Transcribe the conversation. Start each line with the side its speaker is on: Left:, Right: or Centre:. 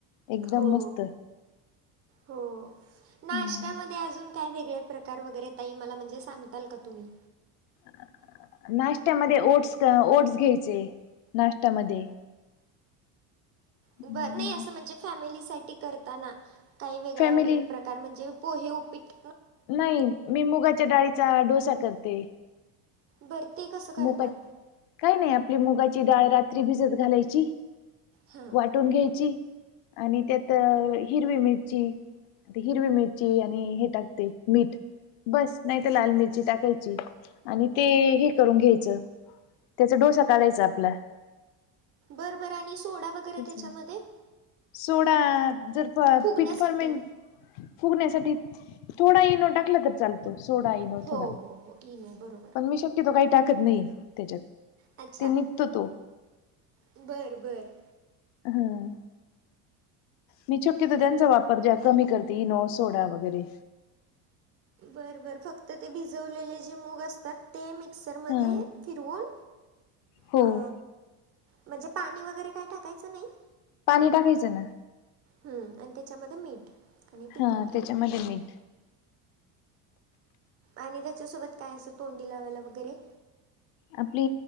Left: एकदम
Right: हो!
Left: मस्त
Right: हो!
Left: हम्म
Right: नाश्त्यामध्ये अजून. काय वेगळे प्रकार वगैरे ताई मला म्हणजे सांगताल का तुम्ही?
Left: <inaudible> नाश्त्यामध्ये ओट्स ओट्स घ्यायचे <inaudible> नाश्त्यामध्ये
Right: बर
Left: आणि
Right: नाही असं म्हणजे <inaudible> फॅमिलीसाठीठी करताना काही वेगळा
Left: फॅमिली
Right: वगैरे प्रकार. <inaudible> कारण म्हणजे पोहे उ <inaudible> पीट
Left: नाही, मी मुगाच्या डाळीचा डोसा करते.
Right: बरं ते कसं करतात
Left: मुग काय नाही, आपली मुगाची डाळ रात्री भिजत घालायची.
Right: हा..
Left: टून घ्यायची आणि त्यात हिरवी मिरची हिरवी मिरची आणि हे टाकते मीठ. बस नाही तर लाल मिरची टाकायची आणि ते <inaudible> ून घ्यायच त्याचा डोसा काढायचा आपला.
Right: बर बरं आणि सोडा वगैरे
Left: तस
Right: त्याच्यामध्ये
Left: सोडा जर प
Right: फुगण्यासाठी
Left: पिटपर्मेंट. फुगण्यासाठी थोडा <inaudible> ये नो टाकला तर चाल सोडा इईनो
Right: हो
Left: थोडा
Right: हो हो इनो बरोबर
Left: पण मी शक्यतो काही टाकत नाही त्याच्यात.
Right: अच्छ,
Left: ते निघतो तो
Right: बरं! बरं!
Left: <inaudible> हम्म मी शक्यतो त्यांचा वापर ज्या कमी करते इनो, सोडा वगैरे
Right: बर बर फक्त ते भिजवलेले जे मूग असतात. ते मी <inaudible> सरमध्ये
Left: हा
Right: फिरवून
Left: हो
Right: अ. म्हणजे पाणी वगैरे काय टाकायचं नाही?
Left: <inaudible> टायच ना
Right: हम्म, आणि त्याच्यामध्ये मीठ. आणि तिखट
Left: हा त्याच्यामध्ये <inaudible> मी
Right: आणि त्याच्यासोबत काय असं तोंडी लावायला वगैरे
Left: आपली